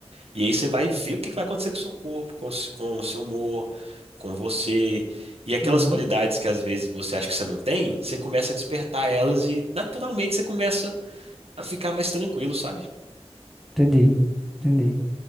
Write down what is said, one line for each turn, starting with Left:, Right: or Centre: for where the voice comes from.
Right: E aí você vai ver o que que vai acontecer com o seu corpo, com, o s- com o seu humor, com você. E aquelas
Centre: uhum,
Right: qualidades que às vezes você acha que você não tem, você começa a despertar elas e naturalmente você começa a ficar mais tranquilo, sabe?
Centre: entendi, entendi.